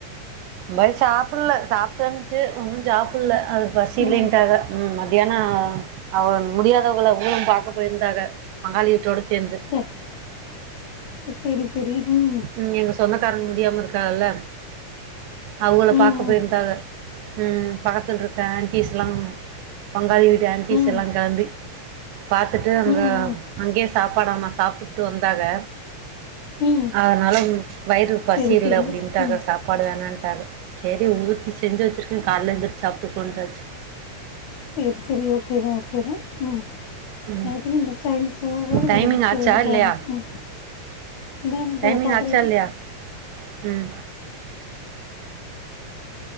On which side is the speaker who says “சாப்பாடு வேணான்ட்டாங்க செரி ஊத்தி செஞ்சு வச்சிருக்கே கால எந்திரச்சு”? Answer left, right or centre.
Right